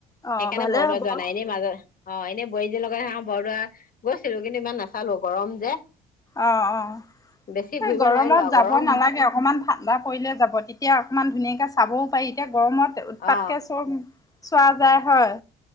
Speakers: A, on the left (about 15°); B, on the left (about 45°).
A: অ',
B: সেইকাৰণে
A: ভালেই
B: বৰদোৱা
A: হ'ব।
B: যোৱা
A: অ'।
B: নাই এনে মাজত অ এনেই বোৱাইজনীৰ লগত হাওঁ বৰদোৱা গৈছিলো কিন্তু ইমান নাচালো গৰম যে
A: অ অ
B: বেছি
A: সে
B: ঘূৰিব
A: গৰমত
B: নোৱাৰিলো আৰু
A: যাব
B: গৰম
A: নালাগে অকণমান ঠাণ্ডা পৰিলে যাব তেতিয়া অকণমান ধুনীয়াকৈ চাবও পাৰি এতিয়া গৰমত উৎপাতকে
B: অ
A: চব চোৱা যায় হয়